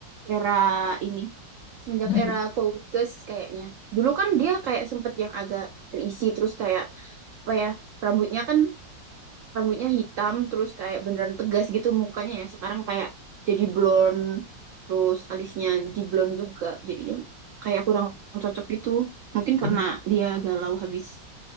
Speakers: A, on the right; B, on the left.
A: era ini, semenjak
B: Itu
A: era
B: dia-
A: Focus kayaknya. Dulu kan dia kayak sempet yang agak berisi terus kayak apa ya rambutnya kan rambutnya hitam terus kayak beneran tegas gitu mukanya ya sekarang kayak jadi blonde terus alisnya di blonde juga jadinya kayak kurang cocok gitu mungkin karena
B: Ini
A: dia galau habis